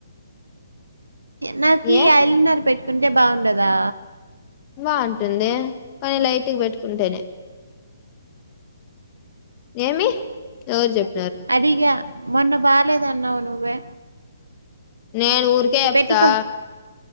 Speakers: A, on the right (about 80°); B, on the left (about 30°).
A: నాక
B: ఏ
A: ఐ లేనర్ పెట్టుకుంటే బాగుండదా
B: బాగుంటుంది కానీ లైట్ గా పెట్టుకుంటేనే ఏమి ఎవరు చెప్
A: అడిగా మొన్న బాలేద్దన్నావ్ నువ్వే
B: నేను ఊరికే చెప్తా
A: పెట్టుకో